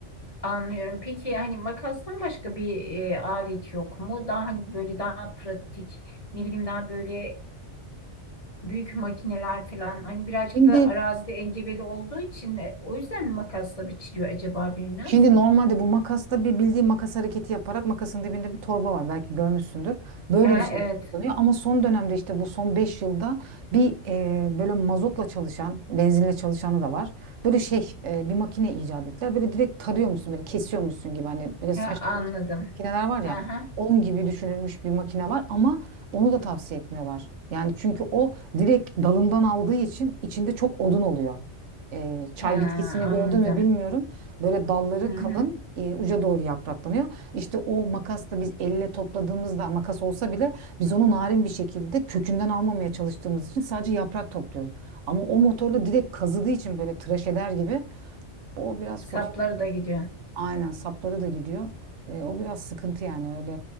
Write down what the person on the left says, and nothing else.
anlıyorum. Peki hani makastan başka bir e, alet yok mu? Daha hani böyle daha pratik, ne bileyim daha böyle büyük makineler falan hani birazcık
da arazide engebeli olduğu için e, o yüzden mi makasla biçiliyor acaba biraz?
He evet.
He
anladım.
He he.
He anladım.
Hı hı.
Sapları
da gidiyor.